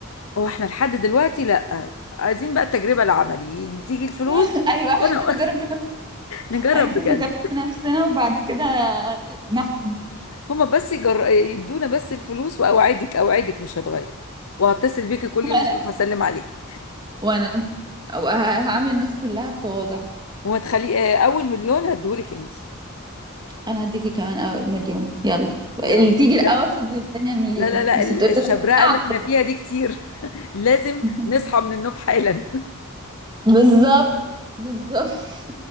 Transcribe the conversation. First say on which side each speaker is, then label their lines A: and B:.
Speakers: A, on the left; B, on the right.
A: هو احنا لحد دلوقتي لا عايزين بقى التجربة العملي تيجي الفلوس
B: <laughs> ايوه احنا
A: وانا
B: عايزين
A: <laughs>
B: نجرب من...
A: نجرب
B: عايزين
A: بجد
B: نجرب بنفسنا وبعد كده نحكم
A: هما بس يجر... يدونا بس الفلوس واوعدك اوعدك مش هتغير وهتصل بيكي كل يوم
B: وانا
A: الصبح هسلم عليكي
B: وانا أو ه- هعامل الناس كلها بتواضع
A: وما تخلي آه، اول مليون هديهولك انت
B: انا هديكي كمان أو مليون يلا
A: يلا
B: اللي تيجي الاول
A: لا
B: تدي الثانيه المليون
A: لا لا لا،
B: بس
A: ال-
B: تقولي
A: الشبرقة
B: لا
A: اللي احنا فيها دي كتير <laughs> لازم
B: <laughs>
A: نصحى من النوم حالا
B: بالظبط بالظبط